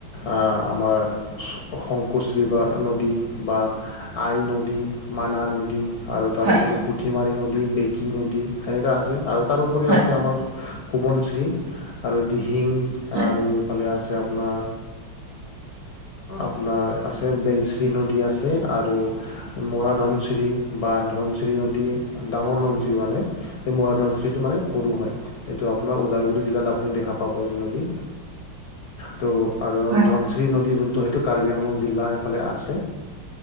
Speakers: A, on the left; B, on the right.
A: অ', আমাৰ। শংকোশ্ৰী বা নদী বা আই নদী, মানা নদী। আৰু তাৰোপৰিও
B: হয়, হয়,
A: পুঠিমাৰী নদী, বেঁকী নদী, সেনেকুৱা আছে আৰু তাৰোপৰিও
B: হয়,
A: আছে আমাৰ। সোৱনশিৰি আৰু দিহিং
B: হয়,
A: আৰু এইফালে আছে আপোনাৰ। আপোনাৰ আছে, বেলশ্ৰী নদী আছে আৰু। মৰা ধনশিৰি বা ধনশিৰি নদী, ডাঙৰ ধনশিৰি মানে। এই মৰাধনশিৰিটো মানে সৰু হয়। এইটো আপোনাৰ ওদালগুৰি জিলাত আপুনি দেখা পাব এইটো নদী, ত' আৰু ধন।
B: হয়
A: ধনশ্ৰী নদী যোনটো সেইটো কাৰ্বি আংলং জিলা এইফালে আছে।